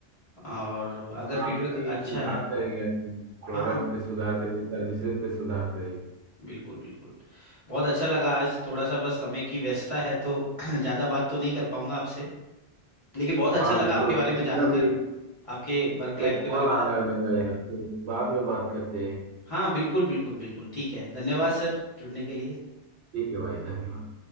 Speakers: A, on the left; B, on the right.
A: और अगर
B: हाँ
A: फीडबैक
B: अपनी
A: अच्छा
B: सुधार
A: है
B: करेगी अपनी प्रोडक्ट्स
A: हाँ
B: पे सुधार करेगी सर्विसेज पे सुधार करेगी
A: बिल्कुल बिल्कुल बहुत अच्छा लगा आज थोड़ा सा बस समय की व्यस्तता है तो <clears throat> ज़्यादा बात तो नहीं कर पाऊंगा आपसे लेकिन बहुत अच्छा
B: हाँ
A: लगा
B: बिल्कुल
A: आपके बारे
B: भाई
A: में जानकर
B: मेरा भी
A: आपके वर्क लाइफ
B: एक
A: के बारे
B: कॉल
A: में
B: आ
A: जानकर
B: रहा है मेरा यार फिर बाद में बात करते हैं
A: हाँ बिल्कुल बिल्कुल बिल्कुल ठीक है धन्यवाद सर जुड़ने के लिए
B: ठीक है भाई धन्यवाद